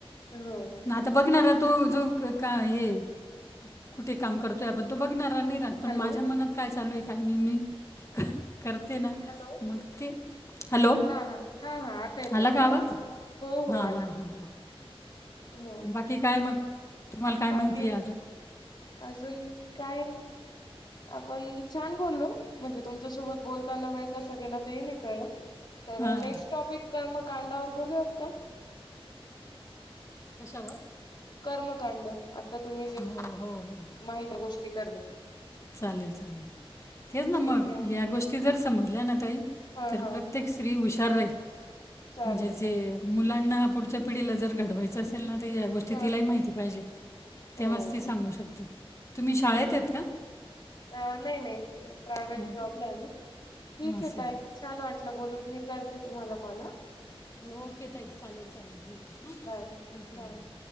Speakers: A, on the left; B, on the left.
A: हो
B: आता बघनारत तो जो काय हे कुठे काम करतोय आपण तो बघणार राह पण
A: हॅलो
B: माझ्या मनात काय चालूये काही नाही मी करते ना.
A: हॅलो
B: मग ते हॅलो
A: हा हा हा हा आता येतो
B: आला
A: येतोय
B: का आवाज?
A: हो हो
B: हा
A: आला
B: हा हा हा.
A: हो
B: बाकी काय मग? तुम्हाला काय
A: बाकी
B: माहिती आहे अजून
A: अजून, काय आपण छान बोलो म्हणजे तुमच्यासोबत बोलताना वेळ कस गेला तेही नाही कळलं, तर
B: हां
A: नेक्स्ट टॉपिक कर्म काडावर बोलूयात का?
B: कशावर?
A: कर्मकांड आता तुम्ही जे
B: हो हो हो
A: माहिती गोष्टी करल,
B: चालेल चालेल. तेच ना
A: ठीक
B: मग
A: आहे
B: या गोष्टी जर समजल्या ना ताई
A: हा
B: तर
A: हा
B: प्रत्येक स्त्री हुश राहील
A: चालेल
B: म्हणजे जे
A: ना
B: मुलांना पुढच्या पिढीला जर घडवायचं असेल ना? त ह्या गोष्टी
A: हां,
B: तिलाही
A: हां.
B: माहिती पाहिजे तेव्हाच
A: हो,
B: ती सांगू शकते. तुम्ही शाळेतेत
A: हो.
B: का?
A: अ नाही नाही प्रायवहेट
B: नाही
A: जॉब लाय मी ठीके
B: का? असं
A: ताई
B: आहे का?
A: छान वाटलं बोलून. मी करते तुम्हाला कॉल अ.
B: ओके ताई चालेल चालेल ठीके हां
A: बाय, बाय.
B: ठेवते
A: हो.
B: मग.